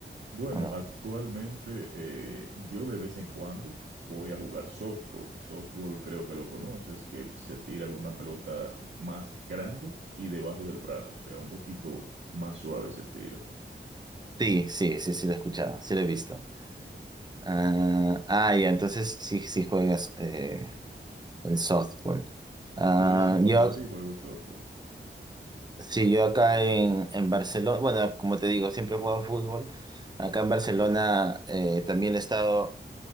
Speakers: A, on the right; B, on the right.
A: Bueno,
B: o no?
A: actualmente eh, yo de vez en cuando voy a jugar softball. Softball creo que lo conoces, que se tira con una pelota más grande y debajo del brazo, o sea, un poquito más suave se tira.
B: Sí, sí, sí, sí lo he escuchado, sí lo he visto. Ah, ah, ya, entonces sí, sí juegas eh, el softball. Ah,
A: De vez en cuando
B: yo,
A: sí juego softball.
B: sí, yo acá en, en Barcelona, bueno, como te digo, siempre he jugado fútbol. Acá en Barcelona eh, también he estado